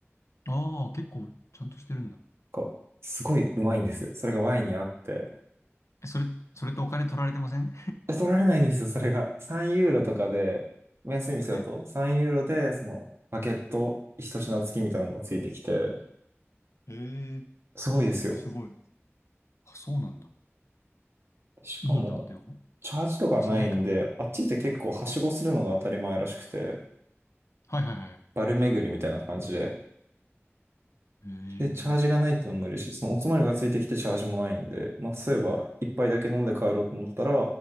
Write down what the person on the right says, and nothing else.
こう、すごいうまいんですよ。それがワインに合って。
え取られないんですよ、それが。3ユーロとかで、安い店だと3ユーロで、
その、バゲット一品付きみたいなのがついてきて、
すごいですよ。
しかも、
チャージとかないんで、
あっちって結構はしごするのが当たり前らしくて、
バル巡りみたいな感じで、
で、チャージがないってのも嬉しい。そのおつまみがついてきてチャージもないんで、まあ、例えば、一杯だけ飲んで帰ろうと思ったら、